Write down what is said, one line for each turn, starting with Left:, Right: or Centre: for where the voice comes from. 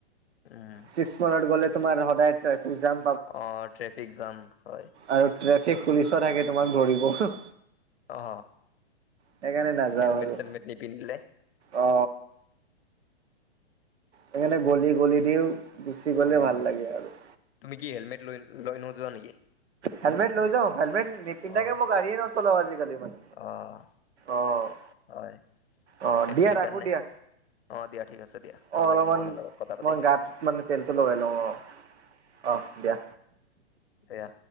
Left: উম,
Right: ছিক্স মানত গ'লে তোমাৰ সদায়ত তুই‌ যাম
Left: অ ট্ৰেফিক জাম হয়।
Right: আৰু ট্ৰেফিক পুলিচ'অ থাকে তোমাক ধৰিব, হো'হ।
Left: অ
Right: সেইকাৰণে নাযাওঁ
Left: হেলমেট-চেলমেট
Right: আৰু
Left: নিপিন্ধিলে।
Right: অ সেইকাৰণে গলি-গলি দিও, গুচি গ'লে
Left: অ',
Right: ভাল লাগে আৰু।
Left: তুমি কি হেলমেট লৈ লৈ নোযোৱা নেকি?
Right: হেলমেট লৈ যাওঁ, হেলমেট পিন্ধাকে
Left: অ',
Right: মই গাড়ীয়ে নচলাও আজিকালি মানে
Left: অ',
Right: অ <unintelligible>
Left: হয়,
Right: অ
Left: চেফটিৰ
Right: দিয়া ৰাখো
Left: কাৰণে
Right: দিয়া।
Left: অ', দিয়া ঠিক আছে দিয়া ভাল
Right: অ অলপমান
Left: লাগিল তোমাৰ লগত কথা পাতি
Right: মই গাত মানে তেলটো লগাই লওঁ অ। অহ দিয়া।
Left: এয়া।